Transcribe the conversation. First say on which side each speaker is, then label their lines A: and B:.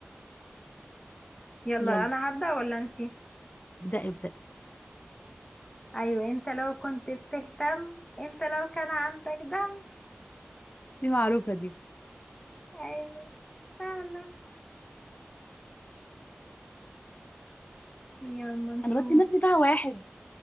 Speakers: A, on the left; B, on the left.
A: يلا
B: يلا
A: انا هبدا ولا انتي
B: ابدأي ابدأي
A: ايوه انت لو كنت بتهتم انت لو كان عندك دم
B: دي معروفة دي
A: ايوه فعلا يلا نشوف
B: انا بدي نفسي فيها واحد